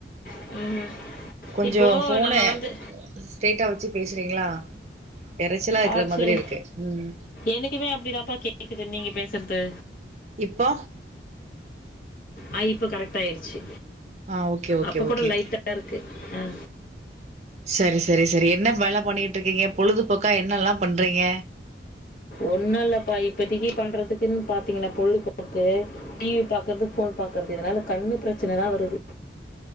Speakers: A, on the left (about 50°); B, on the right (about 40°).
A: ம்
B: கொஞ்சோ
A: இப்போ
B: ஃபோன
A: நம்ம வந்து
B: ஸ்ரைட்டா வச்சு பேசுறீங்ளா எறைச்சலா இருக்கற
A: ஆ
B: மாதிரி
A: சரி
B: இருக்கு ம்
A: எனக்குமே அப்படிதான்ப்பா கேக்குது நீங்க பேசுறது
B: இப்போ
A: ஆ இப்ப கரெக்டா ஆயிடுச்சு
B: ஆ ஓகே ஓகே
A: அப்போ கூட
B: ஓகே
A: லைட்டாதா இருக்கு ஆ
B: சரி சரி சரி என்ன வேல பண்ணிட்டு இருக்கீங்க பொழுதுபோக்கா என்னல்லாம் பண்றீங்க
A: ஒண்ணும் இல்லப்பா இப்போதக்குி பண்றதுக்குன்னு பாார்த்தீங்கன்னா பொழுப்பக்கு டி வி பா்கறது ஃபோன் பாறது இதனால கண்ணு பிரச்சனதா வருது